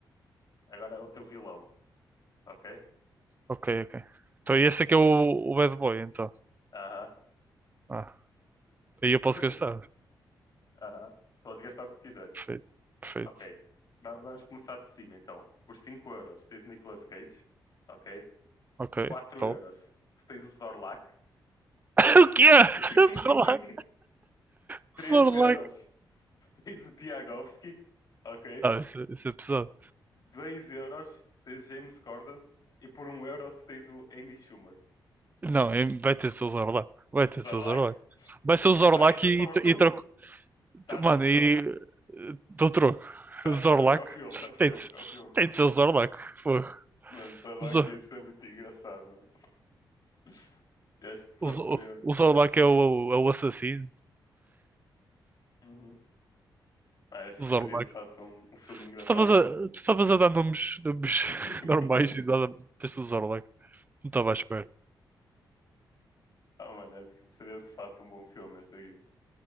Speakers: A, on the left (about 50°); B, on the right (about 20°).
A: Agora é o teu vilão, ok?
B: Ok, ok. Então, e esse aqui é o, o Bad Boy, então.
A: Aham.
B: Ah, aí eu
A: <laughs>
B: posso gastar.
A: Aham. Podes gastar o que quiseres.
B: Perfeito, perfeito.
A: Ok. Va- Vamos começar de cima então. Por 5 euros tens o Nicolas Cage. Ok.
B: Ok,
A: quatro
B: top.
A: euros tu tens o Zorlak.
B: <coughs> <laughs> O que é?
A: <laughs>
B: Zorlac, Zorlac.
A: três euros tu tens o Tiagovski. Ok.
B: <laughs> Não, isso, é- isso é pesado.
A: dois euros tens James Corden. E por um euro tu tens o Amy Schumer.
B: Não, é- vai ter de ser o Zorlac. Vai ter
A: O Zorlak.
B: de ser o Zorlac. Vai ser o Zorlac
A: Bah, ainda
B: e,
A: sobra-te
B: e
A: um.
B: troco.
A: Dá, dás
B: Mano,
A: troco.
B: e. eh, Dou troco.
A: Dás
B: O Zorlac
A: troco ao filme. Dás
B: tem
A: troco
B: de, ser-
A: ao filme.
B: tem de ser o Zorlac. Pô.
A: Mano, Zorlak
B: O, Zo-
A: ia ser muito engraçado, mano. <laughs> Este de
B: o
A: fato
B: Zo-
A: seria.
B: o Zorlac é o, é o assassino.
A: Uhum. Pá, acho
B: O
A: que
B: Zorlac.
A: seria de fato um, um filme engraçado.
B: Tu estavas a, tu estavas a dar nomes, nomes <laughs>
A: <laughs>
B: normais e dada- deste o Zorlac. Não estava à espera.
A: Ah, mano, é- seria de fato um bom filme este aqui.